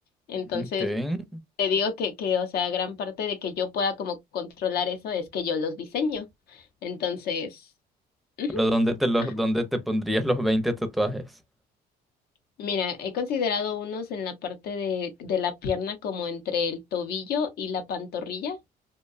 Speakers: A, on the left (about 70°); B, in the centre.
A: Entonces,
B: Ok.
A: te digo que, que, o sea, gran parte de que yo pueda como controlar eso es que yo los diseño. Entonces, ujú,
B: Pero ¿dónde te los,
A: ajá.
B: dónde te pondrías los 20 tatuajes?
A: Mira, he considerado unos en la parte de, de la pierna como entre el tobillo y la pantorrilla,